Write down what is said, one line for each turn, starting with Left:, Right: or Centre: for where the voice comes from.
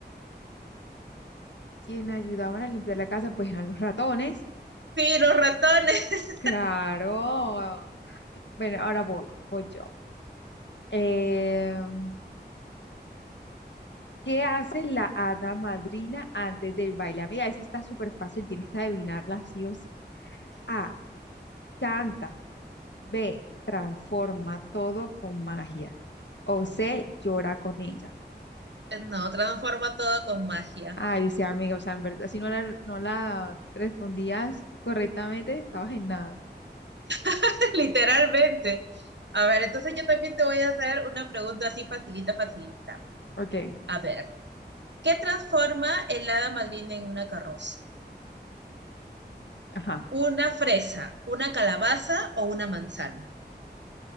Left: ¿Quién ayudaban a limpiar la casa? Pues eran los ratones.
Right: Sí, los ratones. <laughs>
Left: Claro. Bueno, ahora voy, voy yo. Em, ¿Qué hace la hada madrina antes del baile? Amiga, eso está súper fácil, tienes que adivinarla sí o sí. A. Canta. B. Transforma todo con magia. O C. Llora con ella.
Right: No, transforma todo con magia,
Left: Ay, sí, amiga, o sea, en verdad, si no la, no la respondías correctamente, estabas en nada.
Right: <laughs> literalmente. A ver, entonces yo también te voy a hacer una pregunta así facilita, facilita.
Left: Ok,
Right: A ver, ¿qué transforma el hada madrina en una carroza?
Left: ajá.
Right: ¿Una fresa, una calabaza o una manzana?